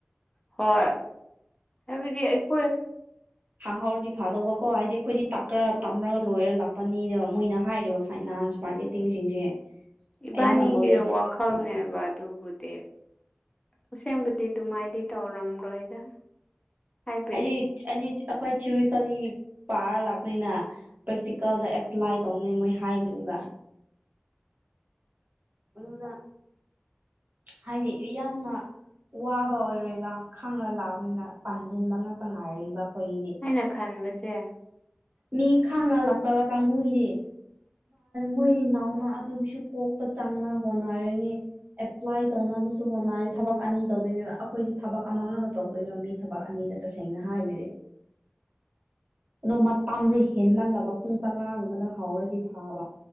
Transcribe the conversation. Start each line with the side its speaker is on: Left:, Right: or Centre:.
Left: ꯍꯣꯏ ꯍꯥꯏꯕꯗꯤ ꯑꯩꯈꯣꯏ
Right: ꯍꯥꯡꯍꯥꯎꯗꯤ ꯐꯥꯗꯧꯕꯀꯣ ꯍꯥꯏꯗꯤ ꯑꯩꯈꯣꯏꯗꯤ ꯇꯥꯛ ꯇꯝꯃꯔꯒ ꯂꯣꯏꯔ ꯂꯥꯛꯄꯅꯤꯅꯦꯕ ꯃꯣꯏꯅ ꯍꯥꯏꯔꯤꯕ ꯐꯥꯏꯅꯥꯟꯁ ꯃꯥꯔꯀꯦꯇꯤꯡꯁꯤꯡꯁꯦ
Left: ꯏꯕꯅꯤꯒ
Right: ꯑꯌꯥꯝꯕ ꯅꯣꯂꯦꯖ
Left: ꯋꯥꯈꯜꯅꯦꯕ
Right: ꯂꯩ
Left: ꯑꯗꯨ ꯕꯨꯗꯤ ꯑꯁꯦꯡꯕꯨꯗꯤ ꯑꯗꯨꯃꯥꯏꯗꯤ ꯇꯧꯔꯝꯔꯣꯏꯗ ꯍꯥꯏꯕ
Right: ꯍꯥꯏꯗꯤ ꯑꯦꯅꯤ ꯑꯩꯈꯣꯏ ꯊꯤꯑꯣꯣꯔꯤꯀꯦꯜꯂꯤ ꯄꯥꯔ ꯂꯥꯛꯄꯅꯤꯅ ꯄ꯭ꯔꯦꯛꯇꯤꯀꯦꯜꯗ ꯑꯦꯄ꯭ꯂꯥꯏꯠ ꯇꯧꯅꯦ ꯃꯣꯏ ꯍꯥꯏꯕꯅꯦꯕ ꯑꯗꯨꯗ ꯍꯥꯏꯗꯤ ꯌꯥꯝꯅ ꯋꯥꯕ ꯑꯣꯏꯔꯣꯏꯕ ꯈꯪꯉ ꯂꯥꯛꯑꯅꯤꯅ ꯄꯥꯟꯁꯤꯟꯕ ꯉꯥꯛꯛꯇ ꯉꯥꯏꯔꯤꯕ ꯑꯩꯈꯣꯏꯒꯤꯗꯤ
Left: ꯑꯩꯅ ꯈꯟꯕꯁꯦ
Right: ꯃꯤ ꯈꯥꯟꯉ ꯂꯥꯛꯇꯥꯕ ꯀꯪꯕꯨꯍꯤꯔꯦ ꯃꯣꯏꯗꯤ ꯅꯥꯎꯅ ꯑꯗꯨꯒꯤꯁꯨ ꯀꯣꯛꯇ ꯆꯪꯅ ꯍꯣꯠꯅꯔꯅꯤ ꯑꯦꯄ꯭ꯂꯥꯏ ꯇꯧꯅ ꯨ ꯍꯣꯠꯅꯔꯤ ꯊꯕꯛ ꯑꯅꯤ ꯇꯧꯗꯣꯏꯅꯦꯕ ꯑꯩꯈꯣꯏꯗꯤ ꯊꯕꯛ ꯑꯃ ꯑꯃ ꯇꯧꯗꯣꯏꯅꯦꯕ ꯃꯤ ꯊꯕꯛ ꯑꯅꯤꯗ ꯇꯁꯦꯡꯅ ꯍꯥꯏꯕꯤꯗꯤ
Left: <unintelligible>
Right: ꯑꯗꯣ ꯃꯇꯝꯁꯦ ꯍꯦꯟꯃꯜꯂꯕ ꯄꯨꯡ ꯇꯔꯥꯒꯨꯝꯕꯗ ꯍꯥꯎꯔꯗꯤ ꯐꯥꯕ